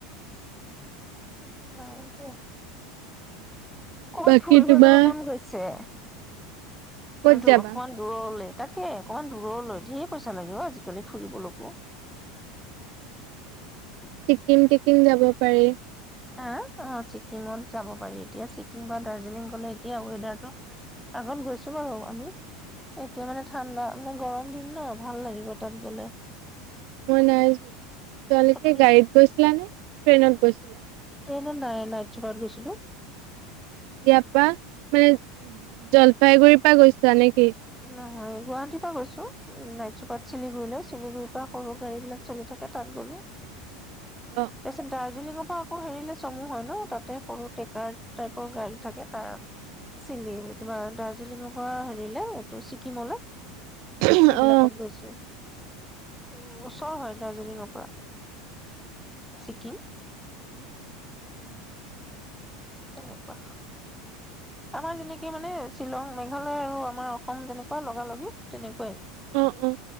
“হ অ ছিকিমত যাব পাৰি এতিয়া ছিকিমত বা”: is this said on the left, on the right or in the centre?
Centre